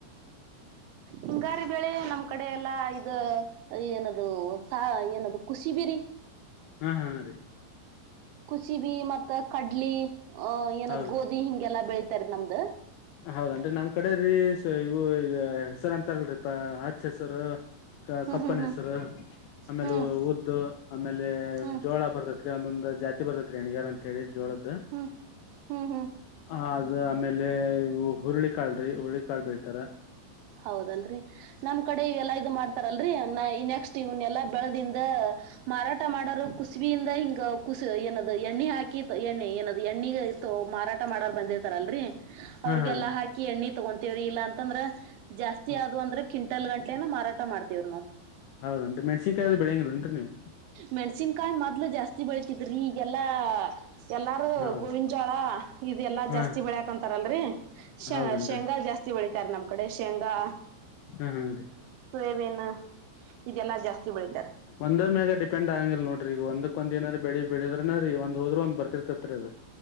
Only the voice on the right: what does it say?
ಹಿಂಗಾರಿ ಬೆೇಳೆ ನಮ್ ಕಡೆ ಎಲ್ಲಾ ಇದ. ಏನದು ಸ ಏನದು ಖುಷಿ ಬಿರಿ.
ಕುಸಿಬಿ ಮತ್ತ ಕಡ್ಲಿ ಅಹ ಏನದ್
ಗೋಧಿ ಹಿಂಗೆಲ್ಲ ಬೆಳ ತರ್ದ ನಮ್ದು.
ಹ್ಮ್
ಹ್ಮ್
ಹ್ಮ್
ಹ್ಮ್
ಹ್ಮ್ ಹ್ಮ್ ಹ್ಮ್-
ಹೌದಲ್ರರಿ ನಮ್ ಕಡೆ ಇವೆಲ್ಲಾ ಇದು ಮಾಡ-. ತಾರಲ್ರರಿ ನೆಕ್ಸ್ಟ್ ಇವ್ನ್ಎಲ್ಲಾ ಬೆಳೆದಿಂದ. ಮಾರಾಟ ಮಾಡೋರು ಕುಸಬಿಯಿಂದ ಹಿಂಗ ಕುಸ ಏನದು ಎಣ್ಣೆ ಹಾಕಿ ಎಣ್ಣೆ ಏನ್ ಎಣ್ಣಿ-. ಮಾರಾಟ ಮಾಡರ್ ಬಂದಿತಾರಲ್ರರಿ. ಅವ್ರಿಗೆಲ್ಲಾ
ಹಾಕಿ ಎಣ್ಣಿ ತಗೊಂತೇವ್ರಿ ಇಲ್ಲಾ ಅಂತಂದ್ರ ಜಾಸ್ತಿ
ಆದ ಅಂದ್ರೆ ಕಿಂ. ಎಂಟಲ್ ಗಂಟಲೆನ ಮಾರಾಟ ಮಾಡ್ತೀವ್ ನಾವು.
ಮೆಣ್ಸಿನ್ಕಾಯಿ ಮೊದ್ಲು ಜಾಸ್ತಿ ಬೆಳತಿದ್ರಿ ಈಗೆಲ್ಲ-. ಎಲ್ಲಾರು
ಗೋವಿನ ಜೋಳ ಇದೆಲ್ಲಾ
ಜಾಸ್ತಿ ಬೆಳಿಯಕ್ಂತಾರಲ್ರರಿ. ಶ
ಶೇಂಗಾ ಜಾಸ್ತಿ ಬೆಳಿತಾರೆ ನಮ್ ಕಡೆ. ಶೇಂಗಾ,
ಸೋಯಬೀನ್ ಇದೆಲ್ಲಾ ಜಾಸ್ತಿ ಬೆಳಿತಾರೆ.